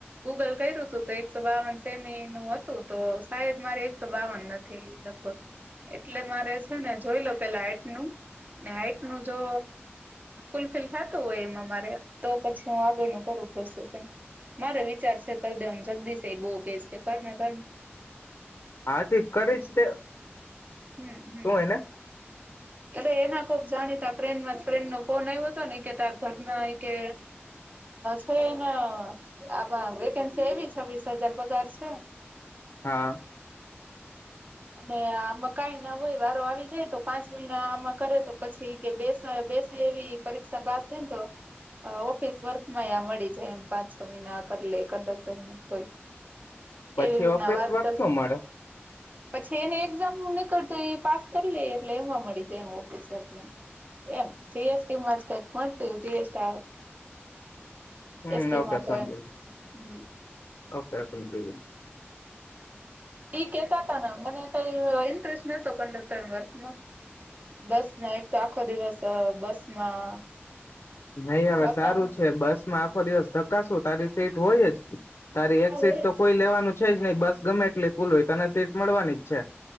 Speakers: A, on the right (about 40°); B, on the left (about 70°).
A: ગૂગલ કર્યું હતું તો એક સો બાવન સેમી નું હતું તો સાાયદ મારે એક સો બાવન નથી લગભગ એટલે મારે છે ને જોઈ લઉ પેલા હાઈઇટ નું ને હાઈટ નું જો ફુલફિલ થતું હોય એમાં મારે તો પછી હું આગળનું કરું પ્રોસેસ મારે વિચાર છે કરી દે જગદીશ બો કેશ કે કરને કર
B: હાથી કરી જ તે
A: હમ હમ
B: શું હય ને
A: એટલે એના કોક જાણીતા ફન્ડમાં ફ્રેન્ડ નો ફોન આવ્યો હતો ને કે તાર ઘરના કે છે એના આમાં વેકેન્સી આવી છેસ હજાર પગાર છે
B: હા
A: અને આમાં કઈ ના હોય વારો આવી જાય તો પાંચ મહિના આમાં કરે તો પછી કે બે બેસે એવી પરીક્ષા પાસ થઈ ને તો ઓફિસ વર્ક માં મળી જાય એમ પાંચ છ મહિના કરી લે કંડક્ટર તોય
B: પછી
A: એવી રીતના
B: ઓફિસ
A: વાત
B: વર્ક
A: કર
B: શો મળે
A: પછી એની એક્ઝામ હું નીકળત એ પાસ કરી લઈ એટલે એમાં મળી જાયમ ઓફિસ વક એમ જીએસટીમાં જ કક મળતું જીએટી
B: હમ
A: એમાં
B: ઓકે
A: તો
B: સમજી
A: હોય હમ
B: ઓકે ઓ <inaudible>
A: ઈ કેતા તા ને મને કંઈ અ ઇન્ટરેસ્ટ નતો કંડક્ટર વર્કમાં બસને એક તો આખો દિવસ બસમાં
B: નહીં હવે
A: ધક્કા
B: સારું
A: મુકી
B: છે બસમાં આખો દિવસ ધકાસું તારી સીટ હોય જ. તારી
A: હા
B: એક
A: હોય
B: સીટ તો
A: જ
B: કોઈ લેવાનું છે જ નહી બસ ગમે એટલી ફૂલ હોય તને સીટ મળવાની જ છે.